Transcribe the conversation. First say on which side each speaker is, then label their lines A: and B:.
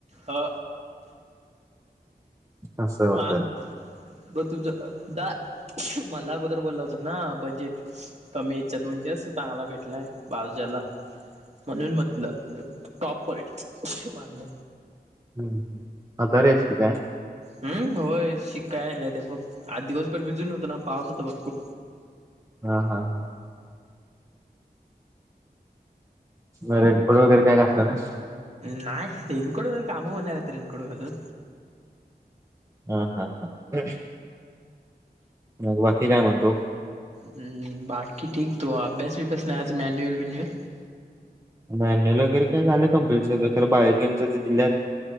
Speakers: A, on the right (about 40°); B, on the right (about 20°).
A: अ
B: असं होतय
A: मान बघ तुमचं द मला अगोदर बोलला होता ना बजेट कमी याच्यात म्हणजे अस चांगला भेटलाय बालजाला. म्हणून म्हटलं टॉप क्वालिटी बांध
B: हम्म आदारी हायस की काय.
A: हम्म होय शिका‌ यायल्याते बघ. आज दिवसभर भिजून होतो ना पाऊस होता भरपूर.
B: हा हा हां. म रेनफोड वगैरे काय घातलं नाही का?
A: नाही रेनकोट घालून काम, होणार रेनकोट घालून.
B: हा हा हां. मग बाकी, काय म्हणतो.
A: हम्म बाकी ठीक. तू अभ्यास वीभ्यास नाही आज मॅन्युअल विन्युअल?
B: मॅन्युल वगैरे काय‌ झाले कम्प्लीट सगळं, ‌ खर पण बायोकेमच दिल्यात